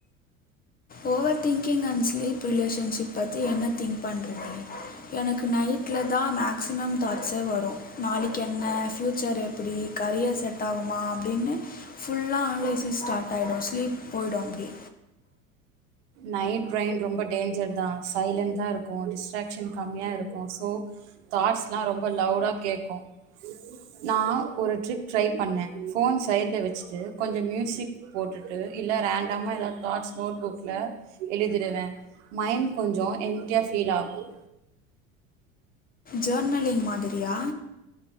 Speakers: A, on the left; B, on the right.
A: over thinking and sleep relationship பத்தி என்ன திங்க் பண்ற நீ எனக்கு நைட்ல தான் மேக்ஸிமம் தாட்ஸே வரும் நாளைக்கு என்ன ஃப்யூச்சர் எப்டி கரியர் செட் ஆகுமா அப்டின்னு ஃபுல்லா அனலைசிஸ் ஸ்டார்ட் ஆகிடும் ஸ்லீப் போய்டும் அப்டி
B: நைட் பிரைன் ரொம்ப டேஞ்சர் தான் சைலண்ட்டா இருக்கும் டிஸ்ட்ராக்ஷன் கம்மியா இருக்கும் ஸோ தாட்ஸ்லாம் ரொம்ப லவுடா கேக்கும் நான் ஒரு ட்ரிக் ட்ரை பண்ணேன் ஃபோன் சைடில வச்சுட்டு கொஞ்சம் மியூசிக் போட்டுட்டு இல்ல ரேண்டமா ஏதாவது தாட்ஸ் நோட் புக் ல எழுதிடுவேன் மைண்ட் கொஞ்சம் எம்டியா ஃபீல் ஆகும்
A: ஜேர்னலிங் மாதிரியா